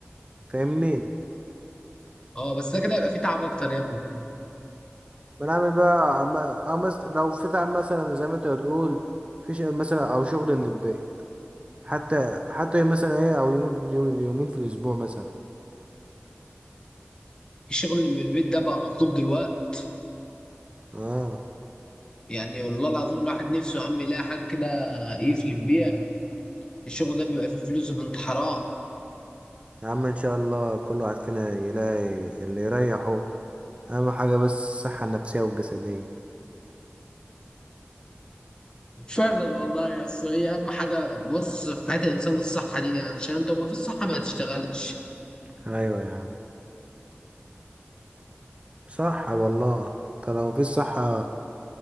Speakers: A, on the right (about 30°); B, on the left (about 20°).
A: فاهمني
B: اه بس ده كده يبقى فيه تعب اكتر يا ابني
A: بنعمل بقى ما- أو مس... لو فتح مثلا زي ما انت بتقول في شغل مثلا او شغل من البيت حتى حتى مثلا ايه او يومين يومين في الاسبوع مثلا
B: الشغل اللي من البيت ده بقى مطلوب دلوقت
A: اه
B: يعني والله العظيم الواحد نفسه يا عم يلاقي حاجه كده يفلب بيها الشغل ده بيبقى فيه فلوس بنت حرام
A: يا عم ان شاء الله كل واحد فينا يلاقي اللي يريحه اهم حاجة بس الصحة النفسية والجسدية
B: فعلا والله يا أصل هي اهم حاجه بص في حياه الانسان الصحه دي عشان انت ما في الصحه ما تشتغلش
A: ايوه يا عم صح والله طب لو مفيش صحة